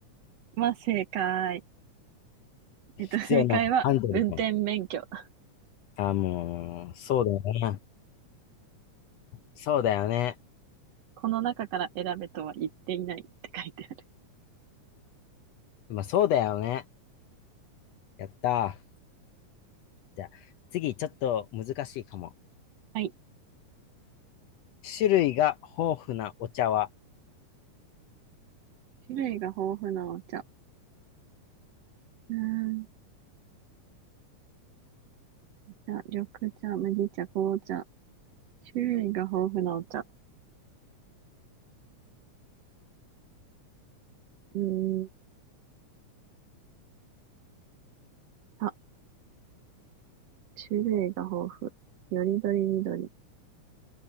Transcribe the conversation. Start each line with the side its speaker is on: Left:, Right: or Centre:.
Right: まあ、正解。
Left: 必要な、
Right: えっと、正解は、
Left: アンドルが。
Right: 運転免許。
Left: あ、もう、そうだよね。そうだよね。
Right: この中から選べとは言っていないって書いてある。
Left: まあ、そうだよね。やったー。じゃあ、次、ちょっと難しいかも。
Right: はい。
Left: 種類が豊富なお茶は、
Right: 種類が豊富なお茶。うーん。じゃあ、緑茶、麦茶、紅茶、種類が豊富なお茶。うーん。あ、種類が豊富。よりどりみどり。